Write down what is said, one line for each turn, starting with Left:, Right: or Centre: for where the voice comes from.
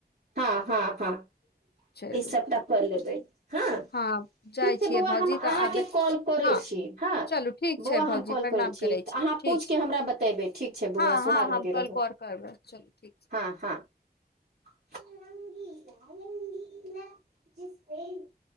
Right: हँ हँ हँ
Left: चलू
Right: ई सबटा कऽ लेबै हँ
Left: हँ जाइ
Right: ठीक छै
Left: छियै
Right: बौआ
Left: भौजी
Right: हम अहाँके
Left: तऽ आबे
Right: कॉल करै
Left: हँ
Right: छी हँ
Left: चलू ठीक छै
Right: बौआ
Left: भौजी
Right: हम कॉल
Left: प्रणाम
Right: करै छी
Left: छियै
Right: अहाँ
Left: ठीक
Right: पूछि
Left: छै
Right: कऽ हमरा बतेबै ठीक छै बौआ
Left: हँ
Right: सुहागवती
Left: हँ हम कल
Right: रहू
Left: कॉल करबै चलू ठीक
Right: हँ हँ <unintelligible>